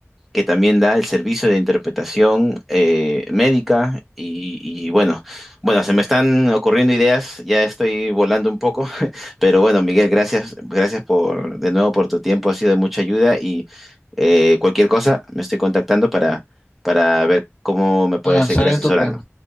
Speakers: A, in the centre; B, on the left (about 20°).
A: que también da el servicio de interpretación eh, médica y, y bueno, bueno, se me están ocurriendo ideas, ya estoy volando un poco, <laughs> pero bueno, Miguel, gracias, gracias por de nuevo por tu tiempo, ha sido de mucha ayuda y eh, cualquier cosa me estoy contactando para, para ver cómo me puedes
B: Avanzar
A: seguir
B: en
A: asesorando.
B: tu plan.